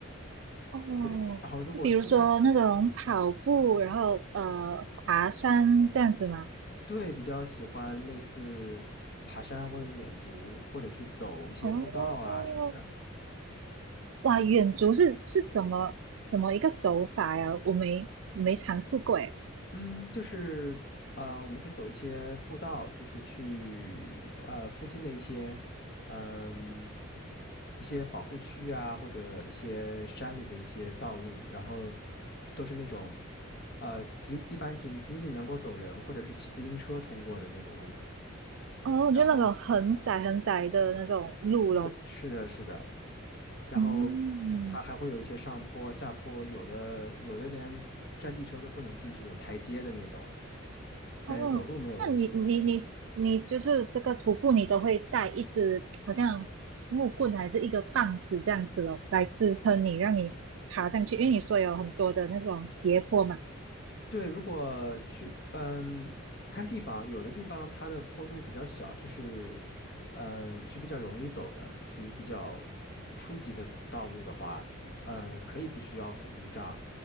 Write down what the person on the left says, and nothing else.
对，然后如果出不
对，比较喜欢类似爬山或者远足，或者去走一些步道啊什么的。
嗯，就是呃，我们会走一些步道，就是去呃附近的一些嗯一些保护区啊，或者一些山里的一些道路，然后都是那种呃仅一般仅仅仅能够走人或者是骑自行车通过的那种路。
然后
对，是的，是的，然后
它还会有一些上坡、下坡，有的有的连山地车都不能进去，有台阶的那种，但是走路没有问题的。
对，如果去，嗯，看地方，有的地方它的坡度比较小，就是，嗯，是比较容易走的，属于比较初级的道路的话，嗯，可以不需要辅助杖，